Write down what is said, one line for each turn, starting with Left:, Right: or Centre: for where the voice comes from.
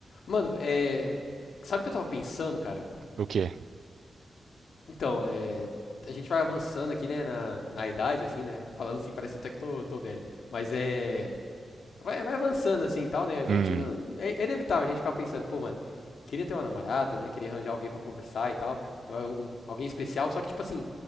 Left: Mano, é. Sabe o que eu tava pensando, cara?
Right: O quê?
Left: Então, é. A gente vai avançando aqui, né, na, na idade, assim, né? Falando assim, parece até que tô, tô velho. Mas é. Vai, vai avançando assim e tal, né? A gente.
Right: Hum.
Left: não- É, é inevitável a gente ficar pensando, pô, mano, queria ter uma namorada, né? Queria arranjar alguém pra conversar e tal. um- alguém especial. Só que, tipo assim,